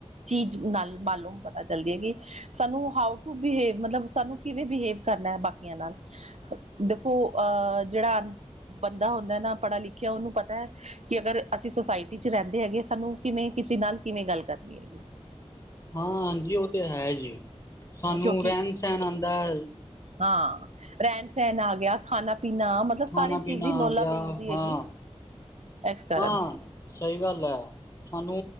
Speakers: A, on the right (about 80°); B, on the left (about 25°).
A: ਚੀਜ਼ ਨਾਲ ਮਾਲੂਮ ਪਤਾ ਚੱਲਦੀ ਹੈ ਕਿ। ਸਾਨੂੰ ਹਾਊ ਟੂ ਬਿਹੇਵ, ਮਤਲਬ ਸਾਨੂੰ ਕਿਵੇਂ ਬਿਹੇਵ ਕਰਨਾ ਹੈ ਬਾਕੀਆਂ ਨਾਲ। ਦੇਖੋ ਅਹ ਜਿਹੜਾ ਅ ਬੰਦਾ ਹੁੰਦਾ ਨਾ ਪੜਿਆ- ਲਿਖਿਆ ਉਹਨੂੰ ਪਤਾ ਹੈ। ਕਿ ਅਗਰ ਅਸੀਂ ਸੁਸਾਇਟੀ ਚ, ਰਹਿੰਦੇ ਹੈਗੇ ਸਾਨੂੰ ਕਿਵੇਂ ਕਿਸੇ ਨਾਲ, ਕਿਵੇਂ ਗੱਲ ਕਰਨੀ ਹੈਗੀ।
B: ਹਾਂ ਹਾਂਜੀ, ਉਹ ਤੇ ਹੈ ਜੀ। ਸਾਨੂੰ
A: ਕਿਉਂਕਿ
B: ਰਹਿਣ ਸਹਿਣ ਆਉਂਦਾ।
A: ਹਾਂ ਰਹਿਣ- ਸਹਿਣ ਆ ਗਿਆ। ਖਾਣਾ ਪੀਣਾ ਮਤਲਬ
B: ਖਾਣਾ
A: ਸਾਰੀ ਚੀਜ਼
B: ਪੀਣਾ
A: ਹੀ ਨੋਲਾ
B: ਆ ਗਿਆ
A: ਮਿਲਦੀ
B: ਹਾਂ
A: ਹੈਗੀ, ਇਸ ਕਾਰਨ।
B: ਹਾਂ ਸਹੀ ਗੱਲ ਹੈ। ਸਾਨੂੰ